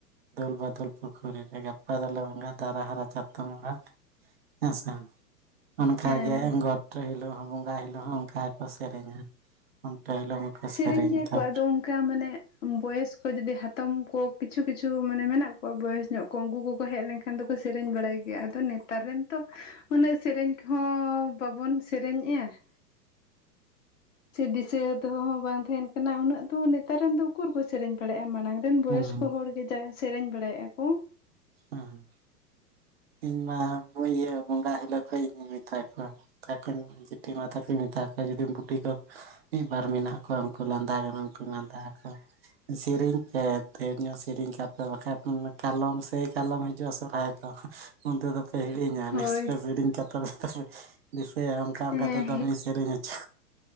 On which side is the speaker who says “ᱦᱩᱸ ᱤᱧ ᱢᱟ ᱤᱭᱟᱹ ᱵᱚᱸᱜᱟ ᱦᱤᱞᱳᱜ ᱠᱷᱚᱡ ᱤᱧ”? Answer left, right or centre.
Right